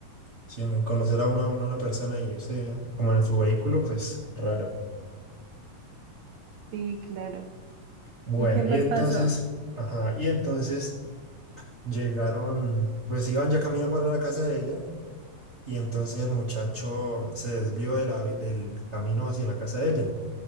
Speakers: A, on the right; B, on the right.
A: sin conocer a una, una persona y ese como en su vehículo, pues raro.
B: Sí, claro.
A: Bueno,
B: ¿Y qué más
A: y entonces,
B: pasó?
A: ajá, y entonces llegaron, pues iban ya camino para la casa de ella y entonces el muchacho se desvió de la, del camino hacia la casa de ella